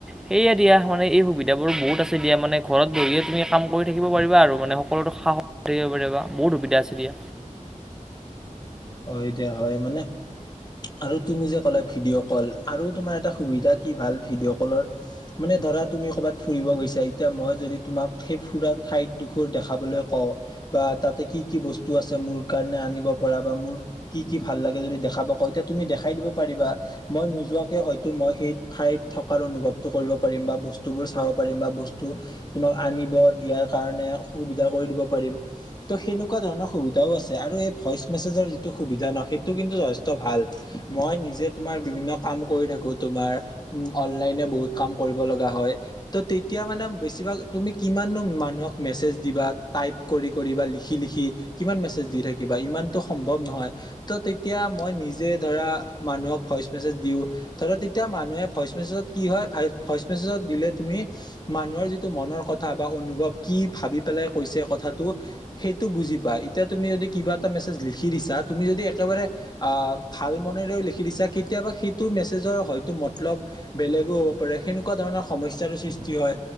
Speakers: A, in the centre; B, on the left.
A: সেয়ে দিয়া মানে এই সুবিধাবোৰ বহুত আছে দিয়া মানে ঘৰত বহিয়ে তুমি কাম কৰি থাকিব পাৰিবা আৰু মানে সকলোটো <unintelligible> থাকিব পাৰিব বহুত সুবিধা আছে দিয়া
B: হয় দিয়া, হয় মানে আৰু তুমি যে ক'লা ভিডিঅ' কল আৰু তোমাৰ এটা সুবিধা কি ভাল ভিডিঅ' কলৰ মানে ধৰা তুমি ক'বাত ফুৰিব গৈছা এতিয়া মই যদি তোমাক সেই ফুৰা ঠাইত দুখৰ দেখাবলৈ কওঁ', বা তাতে কি কি বস্তু আছে মোৰ কাৰণে আনিব পৰা বা মোৰ কি কি ভাল লাগে যদি দেখাব কয় তেতিয়া তুমি দেখাই দিব পাৰিবা মই নোযোৱাকে হয়তো মই সেই এই ঠাইত থকাৰ অনুভৱটো কৰিব পাৰিম বা বস্তুবোৰ চাব পাৰিম বা বস্তু তোমাৰ আনিব দি ইয়াৰ কাৰণে সুবিধা কৰি দিব পাৰিম। ত' সেনেকুৱা ধৰণৰ সুবিধাও আছে আৰু এই‌ ভইচ মেছেজৰ যিটো সুবিধা ন সেইটো‌ কিন্তু যথেষ্ট ভাল‌ মই নিজে তোমাৰ বিভিন্ন কাম কৰি থাকো ত' তোমাৰ উম অনলাইনে বহুত কাম কৰিব লগা হয়, ত' তেতিয়া মানে বেছিভাগ তুমি কিমান নো মানুহক মেছেজ দিবা টাইপ কৰি কৰি বা লিখি লিখি কিমান মেছেজ দি থাকিবা ইমান সম্ভৱ নহয় ত' তেতিয়া মই নিজে ধৰা মানুহক ভইচ মেচজ দিওঁ ধৰা তে এতিয়া মানুহে ভইচ মেছেজত কি হয়, ভাই ভইচ মেছেজত দিলে তুমি মানুহৰ যিটো মনৰ কথা বা অনুভৱ কি ভাবি পেলাই কৈছে কথাটো সেইটো বুজি পায়। এতিয়া তুমি যদি কিবা এটা মেছে লিখি দিছা তুমি যদি একেবাৰে অ' ভাল মনেৰেও লিখি দিছা কেতিয়াবা সেইটো মেছেজৰ হয়তো মতলব বেলেগো হ'ব পাৰে সেনেকুৱা ধৰণৰ সমস্যাৰো সৃষ্টি হয়